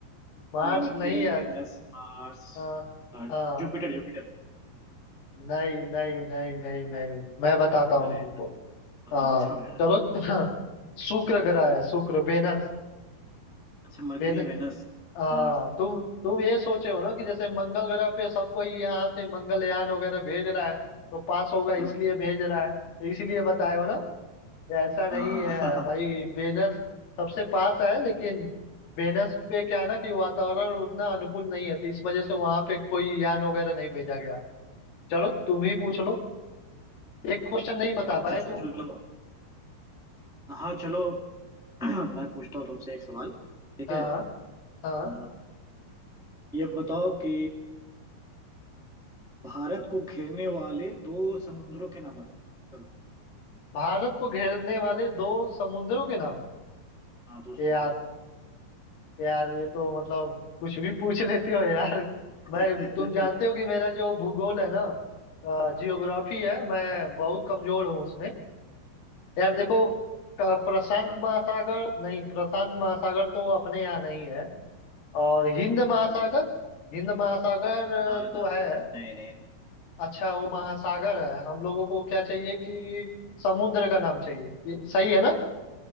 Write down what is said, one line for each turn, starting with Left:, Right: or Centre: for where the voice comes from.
Left: मार्स
Centre: Mercury
Left: नहीं है
Centre: Venus Mars
Left: हाँ
Centre: Earth
Left: हाँ
Centre: Jupiter Jupiter
Left: नहीं नहीं नहीं नहीं नहीं मैं बताता हूँ
Centre: अरे
Left: तुमको
Centre: बताओ
Left: हाँ
Centre: बताओ यार
Left: चलो <laughs> शुक्र ग्रह है शुक्र वेनस
Centre: अच्छा मरकरी
Left: वेन
Centre: वेनस
Left: हाँ
Centre: मार्स
Left: तुम तुम ये सोचे हो ना कि जैसे मंगल ग्रह पे सब कोई यहाँ से मंगलयान वगैरह भेज रहा है तो पास होगा इसलिए
Centre: हम्म,
Left: भेज रहा है तो इसीलिए बताए हो ना ऐसा नहीं
Centre: हाँ
Left: है भाई
Centre: <laughs>
Left: वेनस सबसे पास है लेकिन वेनस पे क्या है ना कि वातावरण उतना अनुकूल नहीं है तो इस वजह से वहां पे कोई यान वगैरह नहीं भेजा गया चलो तुम ही पूछ लो एक क्वेश्चन नहीं बता पाए
Centre: अच्छा
Left: तुम
Centre: चलो हाँ चलो <clears throat> मैं पूछता हूँ तुमसे एक सवाल ठीक
Left: हाँ
Centre: है
Left: हाँ
Centre: अ, ये बताओ कि भारत को घेरने वाले दो समुद्रों के नाम बताओ चलो
Left: भारत को घेरने वाले दो समुद्रों के
Centre: हाँ
Left: नाम
Centre: हाँ दो समुद्रों
Left: यार
Centre: के
Left: यार ये तो मतलब कुछ भी पूछ लेते हो यार मैं
Centre: नाम
Left: तुम जानते हो कि मेरा जो भूगोल है ना जियोग्राफी है मैं बहुत कमजोर हूँ उसमें यार देखो क- प्रशांत
Centre: <laughs> हाँ
Left: महासागर नहीं प्रशांत महासागर तो अपने यहाँ नहीं है और हिंद महासागर
Centre: हम्म,
Left: हिंद महासागर अ,
Centre: ना,
Left: तो
Centre: ना,
Left: है
Centre: नहीं नहीं नहीं।
Left: अच्छा वो महासागर है हम लोगों को क्या चाहिए कि समुद्र का नाम चाहिए ये सही है ना